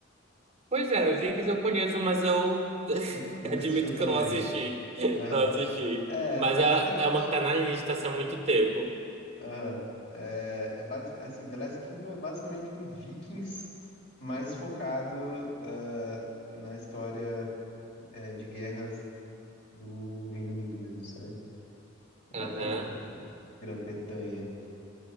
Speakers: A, on the right (about 30°); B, on the left (about 60°).
A: Pois é, eu vi que eu conheço, mas eu <laughs>
B: Nu- Nunca
A: admito
B: assistiu também.
A: que eu não assisti. <laughs>
B: Aham.
A: Não assisti.
B: É,
A: Mas
B: basicamente.
A: é, é uma que tá na lista assim, há muito tempo.
B: aham. É, é basic, assim, The Last Kingdom é basicamente um Vikings mais focado eh, na história eh, de guerras do Reino Unido mesmo, sabe? Bacana,
A: Aham.
B: cara. É, Grã-Bretanha.